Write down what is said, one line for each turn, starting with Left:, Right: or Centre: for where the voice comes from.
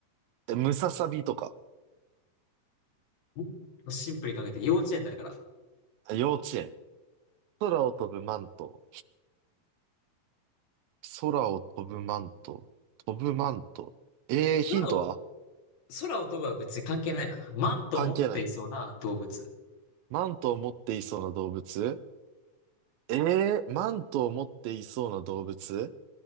Right: え、ムササビとか。
Left: もっとシンプルに考えて幼稚園だから。
Right: あ幼稚園。空を飛ぶマント。空を飛ぶマント。飛ぶマント。えー、ヒントは
Left: 空を、空を飛ぶは別に関係ないな。マントを持っていそうな動物。
Right: 関係ない。マントを持っていそうな動物ええー、マントを持っていそうな動物